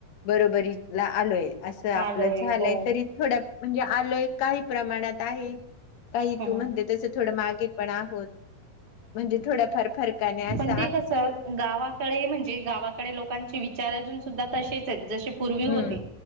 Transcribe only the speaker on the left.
बरोबरीला आलोय असं आपलं
झालंय
तरी थोड्या म्हणजे आलोय काही प्रमाणात आहे काही
तू
म्हणते तस थोडं मागे पण आहोत म्हणजे थोडाफार फरकाने अस
हम्म